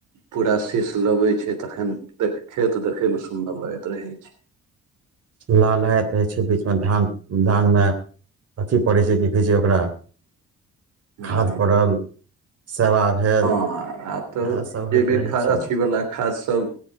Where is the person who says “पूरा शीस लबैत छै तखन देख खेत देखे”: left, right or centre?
Right